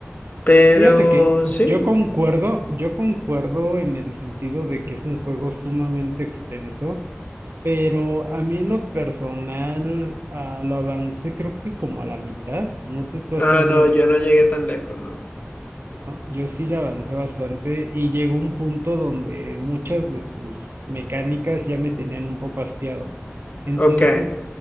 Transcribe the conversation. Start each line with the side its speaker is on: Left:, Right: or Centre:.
Left: Pero
Right: fíjate que
Left: sí.
Right: yo concuerdo, yo concuerdo en el sentido de que es un juego sumamente extenso Pero a mí en lo personal ah, lo avancé creo que como a la mitad, no sé tú hasta
Left: Ah,
Right: dónde
Left: no,
Right: habrás
Left: yo
Right: llegado,
Left: no llegué tan lejos, ¿no?
Right: ¿no? Yo sí le avancé bastante y llegó un punto donde muchas de sus mecánicas ya me tenían un poco hastiado. Entonces
Left: Ok,